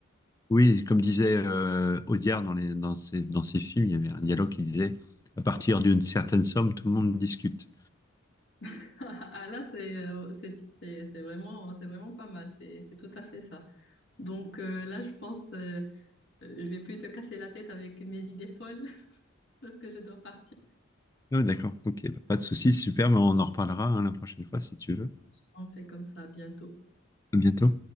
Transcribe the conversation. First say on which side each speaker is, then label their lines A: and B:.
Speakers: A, on the left (about 15°); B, on the left (about 60°).
A: Oui, comme disait euh, Audiard dans les, dans ses, dans ses films, il y avait un dialogue qui disait, à partir d'une certaine somme, tout le monde discute.
B: <laughs> Ah là, c'est euh, c'est c'est- c'est vraiment, c'est vraiment pas mal, c'est c'est tout à fait ça. Donc euh, là, je pense, euh, euh, je vais plus te casser la tête avec mes idées folles <laughs> parce que je dois partir.
A: Ah, d'accord, ok, Bah, pas de souci, super, mais on en reparlera hein, la prochaine fois si tu veux.
B: On fait comme ça bientôt.
A: À bientôt.